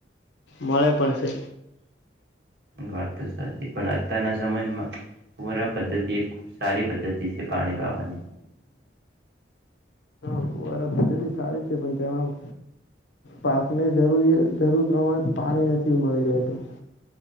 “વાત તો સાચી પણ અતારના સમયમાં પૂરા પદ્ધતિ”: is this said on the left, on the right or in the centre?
Right